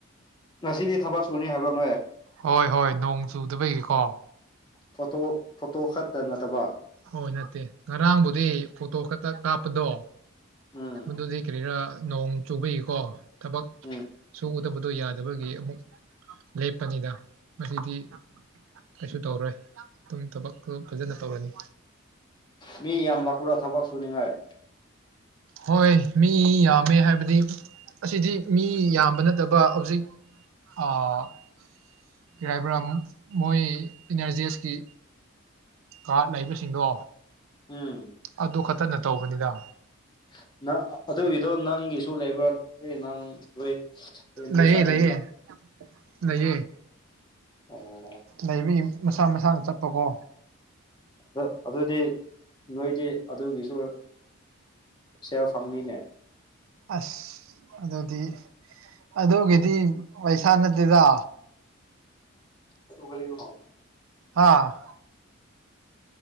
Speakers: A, on the left (about 20°); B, on the right (about 70°).
A: ꯉꯁꯤꯗꯤ ꯊꯕꯛ ꯁꯨꯅꯤ ꯍꯥꯏꯕ꯭ꯔꯣ ꯅꯣꯏ
B: ꯍꯣꯏ ꯍꯣꯏ ꯅꯣꯡ ꯆꯨꯗꯕꯒꯤꯀꯣ
A: ꯐꯣꯇꯣ ꯐꯣꯇꯣ ꯈꯛꯇ ꯅꯠꯇꯕ
B: ꯍꯣꯏ ꯅꯠꯇꯦ ꯉꯔꯥꯡꯕꯨꯗꯤ ꯐꯣꯇꯣ ꯈꯛꯇ ꯀꯥꯞꯄꯗꯣ
A: ꯎꯝ
B: ꯑꯗꯨꯗꯤ ꯀꯔꯤꯔꯥ ꯅꯣꯡ ꯆꯨꯕꯒꯤꯀꯣ ꯊꯕꯛ
A: ꯎꯝ
B: ꯁꯨꯒꯗꯕꯗꯣ ꯌꯥ ꯂꯦꯕꯔꯒꯤ ꯑꯃꯨꯛ ꯂꯦꯞꯄꯅꯤꯗ ꯃꯁꯤꯗꯤ ꯀꯩꯁꯨ ꯇꯧꯔꯣꯏ ꯑꯗꯨꯝ ꯊꯕꯛꯇꯣ ꯐꯖꯅ ꯇꯧꯔꯅꯤ
A: ꯃꯤ ꯌꯥꯝ ꯂꯥꯛꯄ꯭ꯔꯥ ꯊꯕꯛ ꯁꯨꯅꯤꯡꯉꯥꯏ
B: ꯍꯣꯏ ꯃꯤ ꯌꯥꯝꯃꯦ ꯍꯥꯏꯕꯗꯤ ꯑꯁꯤꯗꯤ ꯃꯤ ꯌꯥꯝꯕ ꯅꯠꯇꯕ ꯍꯧꯖꯤꯛ ꯑꯥ ꯀ꯭ꯔꯤ ꯍꯥꯏꯕ꯭ꯔꯥ ꯃꯣꯏ ꯑꯦꯟ ꯑꯥꯔ ꯖꯤ ꯑꯦꯁꯀꯤ ꯀꯥꯔꯠ ꯂꯩꯕꯁꯤꯡꯗꯣ
A: ꯎꯝ
B: ꯑꯗꯨ ꯈꯛꯇꯅ ꯇꯧꯕꯅꯤꯗ
A: <inaudible> ꯅꯪ ꯑꯗꯨꯒꯤꯗꯣ ꯅꯪꯒꯤꯁꯨ ꯂꯩꯕ꯭ꯔꯥ ꯅꯪ <unintelligible>
B: ꯂꯩꯌꯦ
A: ꯁꯥꯏꯠꯇꯥꯒꯤ
B: ꯂꯩꯌꯦ
A: ꯂꯥꯛ
B: ꯂꯩꯌꯦ
A: ꯑꯣ
B: ꯂꯩꯕ꯭ꯔꯥ ꯌꯦꯡꯉꯨ ꯃꯁꯥ ꯃꯁꯥꯅ ꯆꯠꯄꯀꯣ
A: ꯑꯗꯣ ꯑꯗꯨꯗꯤ ꯅꯣꯏꯗꯤ ꯑꯗꯨꯒꯤꯁꯨ ꯁꯦꯜ ꯐꯪꯅꯤꯅꯦ
B: ꯑꯁ ꯑꯗꯨꯗꯤ ꯑꯗꯨꯒꯤꯗꯤ ꯄꯩꯁꯥ ꯅꯠꯇꯦꯗ
A: ꯑꯗꯨ ꯀꯔꯤꯅꯣ
B: ꯍꯥ